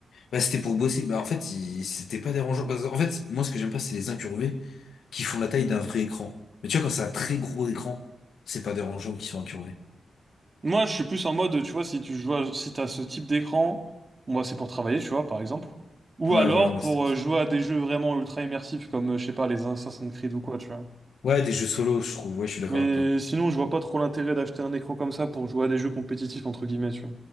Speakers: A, on the left (about 80°); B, on the right (about 40°).
A: Bah, c'était pour bosser. Bah, en fait, il- c'était pas dérangeant. Parce qu'en fait, moi, ce que j'aime pas, c'est les incurvés qui font la taille d'un vrai écran. Mais tu vois, quand c'est un très gros écran, c'est pas dérangeant qu'ils soient incurvés.
B: Moi, je suis plus en mode, tu vois, si tu joues, à- si t'as ce type d'écran, moi, c'est pour travailler, tu vois, par exemple. Ou
A: Ouais,
B: alors
A: voilà, moi,
B: pour
A: c'était pas
B: euh,
A: ça.
B: jouer à des jeux vraiment ultra immersifs, comme, euh, je sais pas, les Assassin's Creed ou quoi, tu vois.
A: Ouais, des jeux solo, je trouve. Ouais, je suis d'accord
B: Mais
A: avec toi.
B: sinon, je vois pas trop l'intérêt d'acheter un écran comme ça pour jouer à des jeux compétitifs, entre guillemets, tu vois.